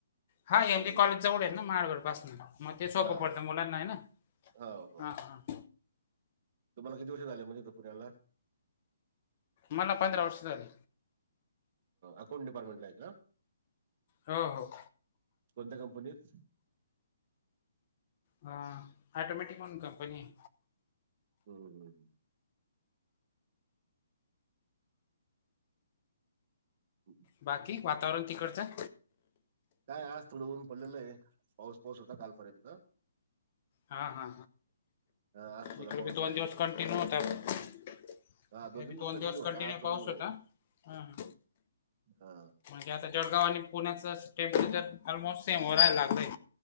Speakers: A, on the left (about 30°); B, on the right (about 30°).
A: हा एम
B: हम्म
A: जे कॉलेज जवळ आहे ना महावळ पासन. म ते सोप
B: हा
A: पडत मुलांना हाय ना
B: हो हो
A: हा हा.
B: तुम्हाला किती वर्ष झाले म तिथं पुण्याला?
A: मला पंधरा वर्ष झाले.
B: अकाउंट डीपार्टमेंटला आहे का?
A: हो हो.
B: कोणत्या कंपनीत?
A: हा ऑटोमॅटिक म्हणून कंपनी ये.
B: हम्म हम. ह <unintelligible>
A: बाकी वातावरण तिकडचं?
B: काय आज थोडं ऊन पडलेलं आहे पाऊस पाऊस होता कालपर्यंत.
A: हा हा
B: आज थोडा
A: इकड
B: पाऊस
A: बी दोन
B: आहे.
A: दिवस कंटिनू होता. इकडं
B: हा तीन
A: बी दोन दिवस
B: होता
A: कंटिन्यू
B: आज थोडं
A: पाऊस
B: ऊन
A: होता
B: आहे.
A: हं.
B: हा
A: ते आता जळगाव आणि पुण्याच टेम्परेचर ऑलमोस्ट सेम होऊ राहय लागतय.